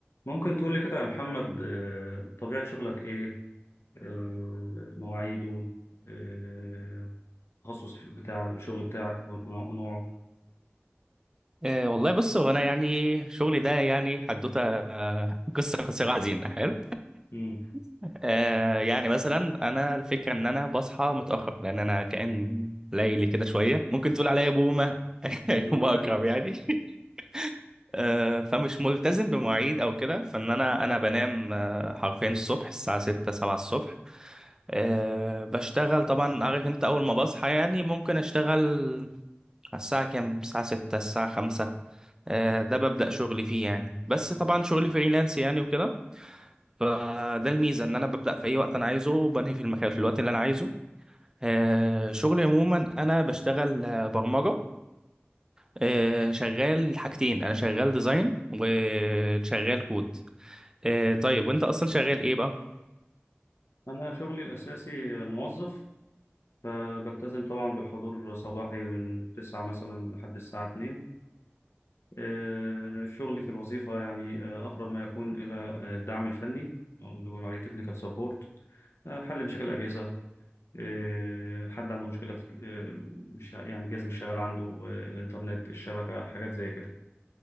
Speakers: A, on the left; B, on the right.
A: ممكن تقول لي كده يا محمد آه، طبيعة شغلك إيه؟ آه، مواعيده؟ آه، التخصص بتاع الشغل بتاعك ونوع- ونوعه؟
B: آه، والله بص هو انا يعني شغلي ده يعني حدوته آه، قصه قصيره حزينه حلو
A: مم.
B: <laughs> آه، يعني مثلا انا الفكره ان انا بصحى متاخر لان انا كائن ليلي كده شويه ممكن تقول عليا بومه <laughs>
A: مم،
B: يوم اكرم
A: لا لا
B: يعني <laughs> آه، فمش ملتزم بمواعيد او كده فان انا انا بنام آه، حرفيا الصبح الساعه 6 7 الصبح آه، بشتغل طبعا عارف انت اول ما بصحى يعني ممكن اشتغل على الساعه كام الساعه 6 الساعه 5 آه، ده ببدأ شغلي فيه يعني بس طبعا شغلي فريلانس يعني وكده فده الميزة ان انا ببدأ في اي وقت انا عايزه وبنهي في المكان في الوقت اللي انا عايزه آه، شغلي عموما انا بشتغل آه، برمجة آه، شغال حاجتين انا شغال ديزاين وشغال كود آه، طيب وانت اصلا شغال ايه بقى؟
A: أنا شغلي الأساسي موظف فبلتزم طبعا بالحضور صباحي من تسعة مثلا لحد الساعة اتنين آه، شغلي في الوظيفة يعني آه، أقرب ما يكون إلى آه، الدعم الفني أو اللي بيقولوا عليه تكنيكال سبورت حل مشاكل الأجهزة آه، حد عنده مشكلة في آه، مش يعني الجهاز مش شغال عنده آه، الإنترنت الشبكة حاجات زي كده